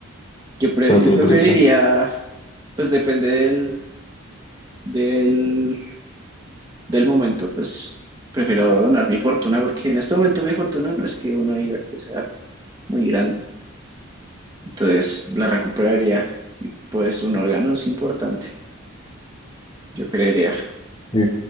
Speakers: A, on the right (about 20°); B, on the left (about 25°).
A: Yo, pre-
B: Eso no tiene
A: yo preferiría,
B: precio.
A: pues depende del, del, del momento, pues prefiero donar mi fortuna porque en este momento mi fortuna no es que uno diga que sea muy grande, entonces la recuperaría y pues un órgano es importante, yo creería,
B: Sí,